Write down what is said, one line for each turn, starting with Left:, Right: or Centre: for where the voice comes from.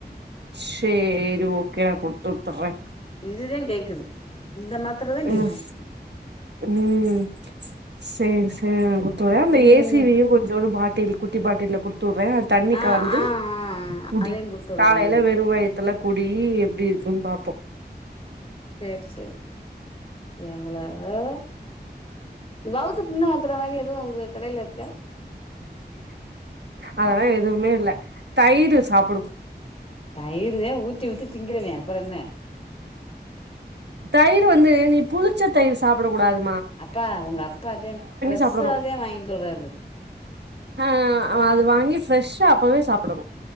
Right: சேரி ஓகே
Left: ம்
Right: நா குடுத்து வுட்டறே
Left: இதுதா கேக்குது இந்த மாத்திரதா
Right: ம்
Left: கேக்குது
Right: ம் செரி செரி ஆ <unintelligible> அந்த
Left: ம்
Right: ஏசி வெய் கொஞ்சோ ஒரு பாட்டில் குட்டி பாட்டில்ல குடு டுருவே அது தண்ணி
Left: ஆ
Right: கலந்து
Left: ஆ ஆ
Right: குடி
Left: அதையு குடுத்துடு
Right: காலையில
Left: அதையு குடுத்துடு
Right: வெறுவயத்துல புடி டீ எப்டி இருக்குன் பாப்போ
Left: செரி செரி எவ்ளவோ இந்த வவுத்து புண்ண ஆத்துற மாரி எதுவு உங்க கடையில இருக்கா
Right: அதெல்லா எதுவுமே இல்ல தயிரு சாப்புடு
Left: தயிருதெ ஊத்தி ஊத்தி திங்கிறவே அப்புற என்ன
Right: தயிர் வந்து நீ புளிச்ச தயிர் சாப்பிட கூடாது
Left: அப்பா உங்க அப்பாதே பிரெஷ்ஷாதா
Right: சாப்பிடணு
Left: வாய்ன்ட் வருவாரு
Right: ஆ அது வாங்கி ஃப்ரெஷா அப்பவே சாப்பிடணு ஃ